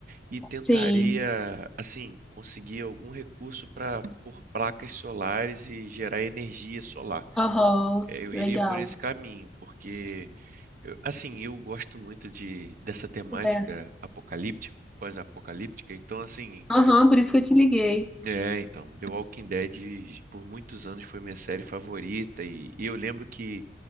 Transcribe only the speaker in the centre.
Sim.
Aham,
legal.
É.
Aham, por isso que eu te liguei.